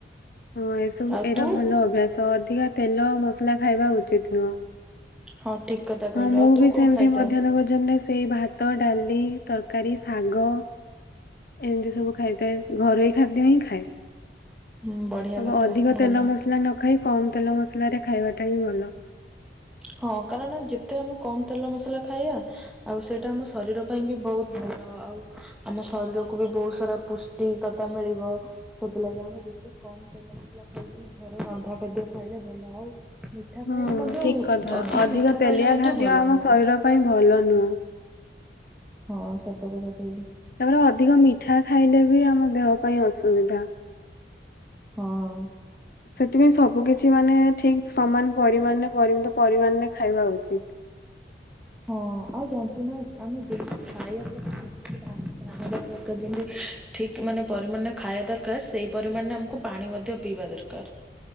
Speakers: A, on the left; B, in the centre.
A: ହଁ ଏସବୁ
B: ଆଉ
A: ଏଟା
B: ତୁ
A: ଭଲ ଅଭ୍ୟାସ ଅଧିକା ତେଲ ମସଲା ଖାଇବା ଉଚିତ ନୁହଁ।
B: ହଁ ଠିକ୍ କଥା
A: ହଁ
B: କହିଲୁ
A: ମୁଁ
B: ଆଉ ତୁ
A: ବି ସେମିତି
B: କଣ ଖାଇଥାଉ?
A: ମଧ୍ୟାହ୍ନ ଭୋଜନରେ ସେଇ ଭାତ, ଡାଲି ତରକାରୀ, ଶାଗ, ଏମିତି ସବୁ ଖାଇଥାଏ ଘରୋଇ ଖାଦ୍ୟ ହିଁ ଖାଏ।
B: ହୁଁ ବଢ଼ିଆ
A: ଆ
B: କଥା
A: ଅଧିକ
B: ଭଲ
A: ତେଲ ମସଲା ନ ଖାଇ କମ ତେଲ ମସଲାରେ ଖାଇବାଟା ହିଁ ଭଲ।
B: ହଁ କାରଣ ଯେତେ ଆମେ କମ ତେଲ ମସଲା ଖାଇବା ଆଉ ସେଇଟା ଆମ ଶରୀର ପାଇଁ ବି ବହୁତ ଭଲ। ଭଲ ଆଉ ଆମ ଶରୀରକୁୁ ବି ବହୁତ ସାରା ପୁଷ୍ଟିକତା ମିଳିବ, ସେଥିଲାଗି ଆମେ ଯେତେ କମ ତେଲ ମସଲା ଖାଇକି ଘରେ ରନ୍ଧା ଖାଦ୍ୟ ଖାଇଲେ ଭଲ ଆଉ ମିଠା ଖାଇଲେ
A: ହଁ
B: ମଧ୍ୟ
A: ଠିକ କଥା, ଅଧିକ
B: ମିଠା
A: ତେଲିଆ
B: ଖାଇଲେ ମଧ୍ୟ
A: ଖାଦ୍ୟ
B: ଭଲ
A: ଆମ
B: ନୁହଁ।
A: ଶରୀର ପାଇଁ ଭଲ ନୁହଁ।
B: ହଁ ସତ କଥା କହିଲୁ।
A: ତାପରେ ଅଧିକ ମିଠା ଖାଇଲେ ବି ଆମ ଦେହ ପାଇଁ ଅସୁବିଧା।
B: ହଁ ଅଁ
A: ସେଥିପାଇଁ ସବୁ କିଛି ମାନେ ଠିକ ସମାନ ପରିମାଣରେ ପରିମିତ ପରିମାଣରେ ଖାଇବା ଉଚିତ।
B: ହଁ ଆଉ ଜାଣିଛୁ ନା, ଆମେ ଯେମିତି ଖାଇବା ପ୍ରତି ଯେମିତି ହେଲେ ଧ୍ୟାନ ଦେବା ଦରକାର, ଯେମତି ଠିକ ମାନେ ପରିମାଣରେ ଖାଇବା ଦରକାର, ସେଇ ପରିମାଣରେ ଆମକୁ ପାଣି ମଧ୍ୟ ପିଇବା ଦରକାର।